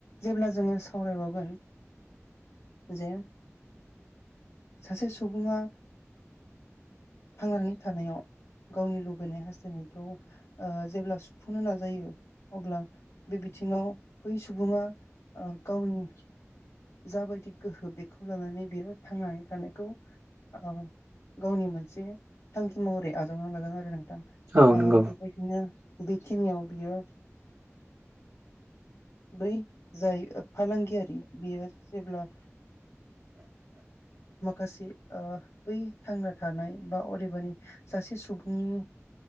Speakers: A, on the left; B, on the right.
A: जेब्ला जोङो सावरायबावगोन जे सासे सुबुङा थांनानै थानायाव गावनि लुबैनाय हास्थायनायखौ जेब्ला सुफुंनो नाजायो अब्ला बे बिथिङाव बै सुबुङा गावनि जाबायदि गोहो बेखौ लानानै बियो थांनानै थानायखौ औ गावनि मोनसे थांखि महरै आजावना लागोन आरो नोंथां
B: औ
A: आ
B: नंगौ
A: बेखनो बेखिनि आ बेैयो बै जाय फालांगियारि बियो जेब्ला
B: <unintelligible>
A: माखासे बै थांना थानाय बा अदेबानि सासे सुबुंनि